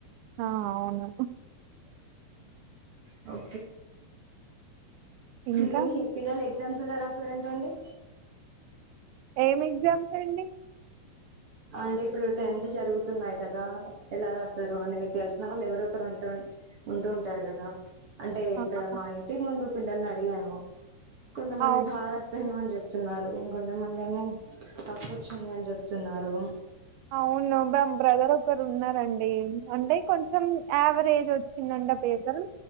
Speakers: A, on the right; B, on the right.
A: ఆ! అవును.
B: ఓ
A: ఇంకా
B: మీ పిల్లలు ఎగ్జామ్స్ ఎలా రాశారంట అండి
A: ఏం ఎగ్జామ్స్ అండి
B: అంటే ఇప్పుడు టెన్త్ జరుగుతున్నా్ కదా ఎలా రాస్తారు అంటే మీకు తెలిసిన వాళ్ళు ఎవరొ ఒకరు ఉంటూ ఉంటూ ఉంటారు కదా అంటే
A: ఆహా!
B: ఇక్కడ మా ఇంటి ముందు పిల్లలని అడిగాను కొంతమంది
A: అవును.
B: భా రాసాను అని చెప్తున్నారు ఇంకొంతమందేమో తప్పు ఒచ్చింది అని చెప్తున్నారు రు
A: అవును బా బ్రదర్ ఒకరు ఉన్నారండీ అంటె కొంచెం యావరేజ్ వచ్చిందంట పేపర్